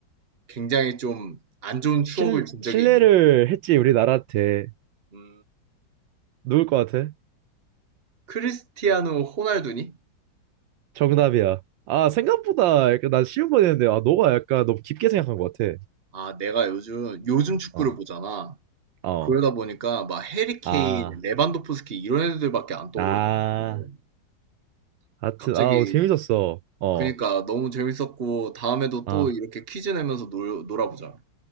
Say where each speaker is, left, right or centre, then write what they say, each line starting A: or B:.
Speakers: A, on the right; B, on the right.
A: 굉장히 좀 안 좋은 추억을
B: 실,
A: 준 적이
B: 실례를
A: 있니?
B: 했지, 우리나라한테.
A: 음,
B: 누굴 것 같아?
A: 크리스티아누 호날두니?
B: 정답이야. 아, 생각보다 약간 난 쉬운 거 했는데, 아, 너가 약간 너무 깊게 생각한 것 같아.
A: 아, 내가 요즘, 요즘 축구를
B: 어,
A: 보잖아.
B: 어.
A: 그러다 보니까 막 해리 케인,
B: 아,
A: 레반도프스키 이런 애들밖에 안 떠오르더라고.
B: 아. 하여튼,
A: 갑자기,
B: 아, 재밌었어. 어,
A: 그니까 너무 재밌었고, 다음에도
B: 아.
A: 또 이렇게 퀴즈 내면서 놀, 놀아보자.